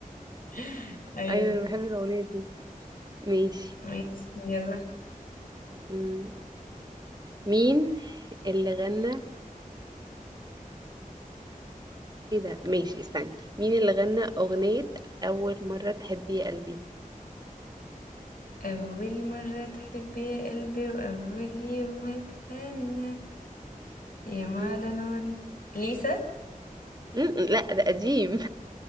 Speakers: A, on the left; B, on the right.
A: <laughs> أيوة
B: أيوة أنا بحب الأغنية دي ماشي
A: ماشي يلا
B: مم. مين اللي غنى ايه ده ماشي استني مين اللي غنى أغنية أول مرة تحبي يا قلبي
A: أول مرة تحب يا قلبي وأول يوم أتهنى يا معلى
B: مم.
A: نوري ليسا
B: مم. لا ده قديم